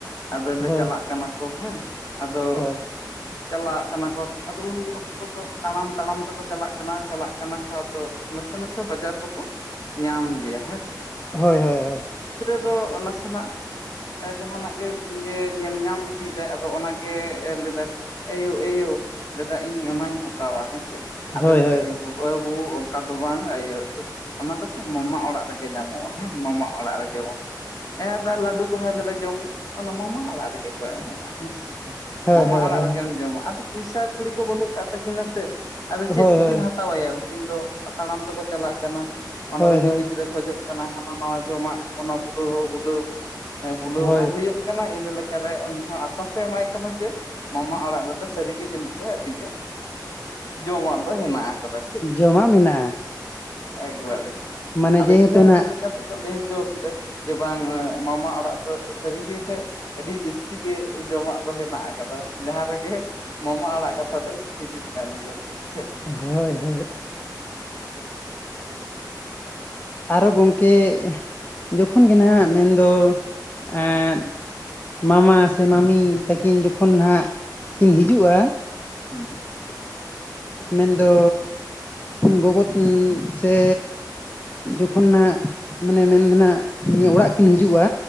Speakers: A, on the left; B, on the left.
A: ᱟᱫᱚ ᱞᱮ
B: ᱦᱳᱭ
A: ᱪᱟᱞᱟᱜ ᱠᱟᱱᱟ ᱠᱚ ᱦᱮᱸ ᱟᱫᱚ
B: ᱦᱳᱭ
A: ᱪᱟᱞᱟᱜ ᱠᱟᱱᱟ ᱠᱚ ᱟᱫᱚ ᱩᱱ ᱚᱠᱛᱚ ᱫᱚ ᱛᱟᱲᱟᱢ ᱛᱟᱲᱟᱢ ᱛᱮᱠᱚ ᱪᱟᱞᱟᱜ ᱠᱟᱱᱟ ᱪᱟᱞᱟᱜ ᱠᱟᱱᱟ ᱠᱚ ᱟᱫᱚ ᱱᱟᱥᱮ ᱱᱟᱥᱮ ᱵᱟᱡᱟᱨ ᱫᱚᱠᱚ ᱧᱟᱢ ᱜᱮᱭᱟ ᱦᱮᱸ ᱥᱮ
B: ᱦᱳᱭ ᱦᱳᱭ ᱦᱳᱭ
A: ᱫᱚ ᱱᱟᱥᱮᱱᱟᱜ ᱡᱟᱦᱟᱱᱟᱜ ᱜᱮ ᱧᱮᱞ ᱧᱟᱢ ᱤᱫᱤᱭᱮᱫᱟᱭ ᱟᱫᱚ ᱚᱱᱟᱜᱮ ᱞᱟᱹᱭ ᱫᱟᱭ ᱮᱭᱳ ᱮᱭᱳ ᱞᱟᱹᱭᱫᱟ ᱤᱧ ᱚᱱᱟᱧ ᱦᱟᱛᱟᱣᱟ ᱦᱮᱸᱥᱮ ᱟᱫᱚ
B: ᱦᱳᱭ
A: ᱞᱟᱹᱭ
B: ᱦᱳᱭ ᱦᱮᱸ
A: ᱫᱟ ᱮᱜᱳ ᱚ ᱚᱱᱠᱟ ᱫᱚ ᱵᱟᱝ ᱤᱭᱟᱹ ᱚᱱᱟ ᱫᱚ ᱥᱮ ᱢᱟᱢᱟ ᱚᱲᱟᱜ ᱨᱮᱜᱮ ᱧᱟᱢᱚᱜᱼᱟ ᱦᱮᱸ ᱢᱟᱢᱟ ᱚᱲᱟᱜ ᱨᱮᱜᱮ ᱵᱚᱱ ᱦᱮᱸ ᱞᱟᱹᱰᱩ ᱞᱮᱫᱟ ᱡᱚᱢᱟᱹᱧ ᱚᱱᱟ ᱢᱟᱢᱟ ᱚᱲᱟᱜ ᱨᱮᱜᱮ ᱠᱚ ᱮᱢᱚᱜᱼᱟ ᱦᱮᱸ ᱥᱮ
B: ᱦᱳᱭ
A: ᱢᱟᱢᱟ
B: ᱦᱳᱭ
A: ᱚᱲᱟᱜ ᱨᱮᱜᱮᱢ ᱡᱚᱢᱟ ᱟᱫᱚ ᱯᱚᱭᱥᱟ ᱠᱩᱲᱤ ᱠᱚ ᱵᱟᱹᱱᱩᱜ ᱠᱟᱫ ᱛᱟᱹᱠᱤᱱᱟ ᱥᱮ ᱟᱫᱚ ᱪᱮᱫ
B: ᱦᱳᱭ ᱦᱳᱭ ᱦᱳᱭ
A: ᱛᱮᱠᱤᱱ ᱦᱟᱛᱟᱣᱟᱭᱟ ᱩᱱᱠᱤᱱ ᱫᱚ ᱛᱟᱲᱟᱢ ᱛᱮᱠᱚ ᱪᱟᱞᱟᱜ ᱠᱟᱱᱟ
B: ᱦᱳᱭ
A: ᱟᱨ ᱩᱱᱤ
B: ᱦᱳᱭ
A: ᱜᱤᱫᱽᱨᱟᱹ ᱠᱷᱚᱡᱚᱜ ᱦᱟᱱᱟ ᱱᱟᱣᱟ ᱡᱚᱢᱟᱜ ᱚᱱᱟ ᱵᱩᱞᱟᱹᱣ ᱦᱚᱸ ᱵᱩᱞᱟᱹᱣ ᱵᱩᱞᱟᱹᱣ
B: ᱦᱳᱭ
A: ᱦᱚᱸ ᱦᱩᱭᱩᱜ ᱠᱟᱱᱟ ᱤᱱᱟᱹ ᱞᱮᱠᱟᱨᱮ ᱩᱱᱤ ᱦᱚᱸ ᱟᱥᱥᱟᱥᱮ ᱮᱢᱟᱭ ᱠᱟᱱᱟ ᱡᱮ ᱢᱟᱢᱟ ᱚᱲᱟᱜ ᱨᱮᱫᱚ ᱥᱟᱹᱨᱤᱜᱮ ᱡᱟᱹᱱᱤᱡ ᱪᱚ ᱟᱹᱰᱤ ᱜᱮ ᱡᱚᱢᱟᱜ ᱫᱚ ᱦᱮᱱᱟᱜ ᱟᱠᱟᱫᱟ ᱴᱷᱤᱠ
B: ᱡᱚᱢᱟᱜ ᱢᱮᱱᱟᱜᱼᱟ
A: ᱮᱠᱵᱟᱨᱮ
B: ᱢᱟᱱᱮ
A: ᱟᱫᱚ
B: ᱡᱮᱦᱮᱛᱩ
A: ᱤᱱᱟᱹ
B: ᱱᱟᱜ
A: ᱞᱮᱠᱟ ᱛᱮᱠᱚ ᱞᱟᱹᱭ ᱦᱚᱪᱚ ᱠᱮᱫᱟ ᱡᱮ ᱵᱟᱝ ᱢᱟᱢᱟ ᱚᱲᱟᱜ ᱫᱚ ᱥᱟᱹᱨᱤᱜᱮ ᱠᱷᱟᱡ ᱟᱹᱰᱤ ᱡᱟᱹᱥᱛᱤ ᱜᱮ ᱡᱚᱢᱟᱜ ᱫᱚ ᱦᱮᱱᱟᱜ ᱟᱠᱟᱫᱟ ᱡᱟᱦᱟᱸ ᱨᱮᱜᱮ ᱢᱟᱢᱟ ᱟᱲᱟᱜ ᱠᱟᱛᱷᱟ ᱠᱟᱛᱷᱟ ᱛᱮ ᱦᱤᱡᱩᱜ ᱠᱟᱱ ᱜᱮᱭᱟ ᱴᱷᱤᱠ ᱥᱮ
B: ᱦᱳᱭ ᱦᱳᱭ ᱟᱨᱦᱚ ᱜᱚᱝᱠᱮ ᱡᱚᱠᱷᱚᱱ ᱜᱮ ᱱᱟᱦᱱᱟᱜ ᱢᱮᱱᱫᱚ ᱮᱸᱫ ᱢᱟᱢᱟ ᱥᱮ ᱢᱟᱢᱤ ᱛᱟᱹᱠᱤᱱ ᱡᱚᱠᱷᱚᱱ ᱦᱟᱸᱜ ᱠᱤᱱ ᱦᱤᱡᱩᱜᱼᱟ
A: <unintelligible>
B: ᱢᱮᱱᱫᱚ ᱜᱚᱜᱚ ᱥᱮ ᱡᱚᱠᱷᱚᱱ ᱱᱟᱟᱜ ᱢᱟᱱᱮ ᱢᱮᱱ ᱫᱚ ᱟᱜ ᱱᱤᱭᱟᱹ ᱚᱲᱟᱜ ᱠᱤᱱ ᱦᱤᱡᱩᱜᱼᱟ